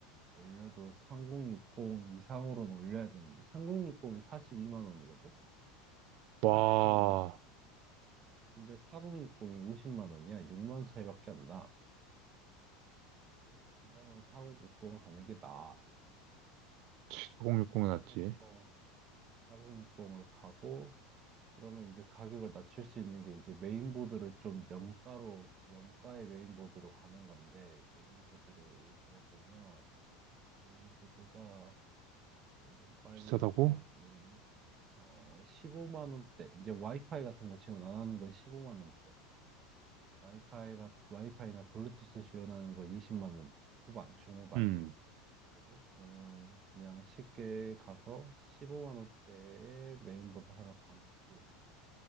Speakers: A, on the right; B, on the right.
A: 올려도 3060 이상으로는 올려야 되는데 3060이 42만 원이거든?
B: 와,
A: 44만 원? 근데 4060이 50만 원이야. 6만 원 차이밖에 안 나. 이러면 4060을 가는 게 나아.
B: 7060이 낫지.
A: 4060, 4 6 0을 가고 그러면 이제 가격을 낮출 수 있는 게 이제 메인보드를 좀 염가로 염가의 메인보드로 가는 건데 메인보드를 보면 메인보드가 AM5
B: 비싸다고?
A: 소켓 음, 어, 15만 원대. 이제 와이파이 같은 거 지원 안 하는 건 15만 원대. 와이파이가 와이파이나 블루투스 지원하는 건 20만 원 후반, 중후반.
B: 음.
A: 거든. 그러면 그냥 쉽게 가서 15만 원대에 메인보드 하나 담고